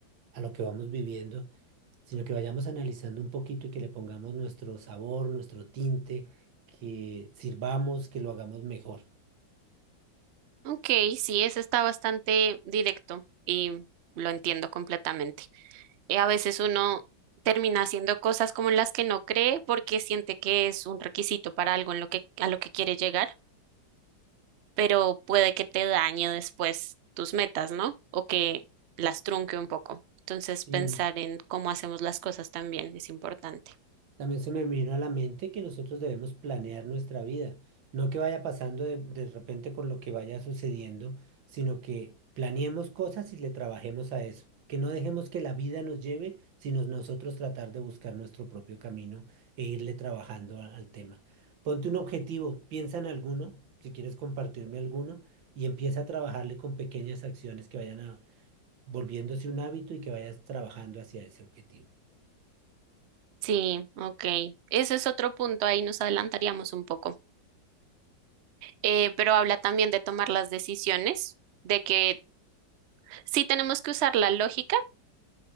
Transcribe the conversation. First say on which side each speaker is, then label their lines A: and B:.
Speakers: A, on the right (about 85°); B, on the right (about 70°).
A: a lo que vamos viviendo, sino que vayamos analizando un poquito y que le pongamos nuestro sabor, nuestro tinte, que sirvamos, que lo hagamos mejor.
B: Ok, sí, eso está bastante directo y lo entiendo completamente. Eh, a veces uno termina haciendo cosas como en las que no cree porque siente que es un requisito para algo en lo que, a lo que quiere llegar, pero puede que te dañe después tus metas, ¿no? O que las trunque un poco. Entonces,
A: Sí,
B: pensar en cómo hacemos las cosas también es importante.
A: También se me vino a la mente que nosotros debemos planear nuestra vida, no que vaya pasando de, de repente con lo que vaya sucediendo, sino que planeemos cosas y le trabajemos a eso, que no dejemos que la vida nos lleve, sino nosotros tratar de buscar nuestro propio camino e irle trabajando a- al tema. Ponte un objetivo, piensa en alguno, si quieres compartirme alguno, y empieza a trabajarle con pequeñas acciones que vayan a, volviéndose un hábito y que vayas trabajando hacia ese objetivo.
B: Sí, ok. Ese es otro punto, ahí nos adelantaríamos un poco. Eh, pero habla también de tomar las decisiones de que Sí tenemos que usar la lógica,